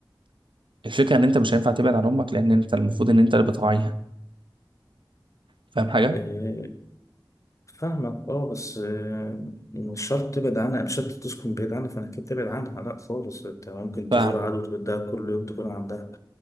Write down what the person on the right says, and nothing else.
الفكرة إن أنت مش هينفع تبعد عن أمك لأن أنت المفروض إن أنت اللي بتراعيها فاهم حاجة؟
فاهم